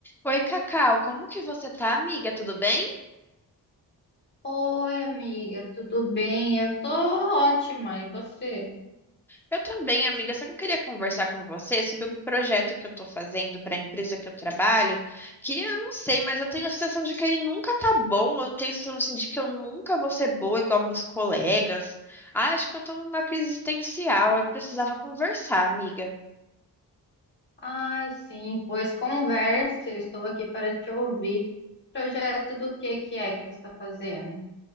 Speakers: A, in the centre; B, on the left (about 25°).
A: Oi, Cacau, como que você tá, amiga? Tudo bem?
B: Oi, amiga, tudo bem? Eu tô ótima, e você?
A: Eu também, amiga, só que eu queria conversar com você sobre um projeto que eu tô fazendo para a empresa que eu trabalho, que eu não sei, mas eu tenho a sensação de que ele nunca tá bom, eu tenho a sensação assim, de que eu nunca vou ser boa igual meus colegas. Ah, acho que eu tô numa crise existencial, eu precisava conversar, amiga.
B: Ai, sim, pois converse, eu estou aqui para te ouvir. Projeto do que que é que você está fazendo?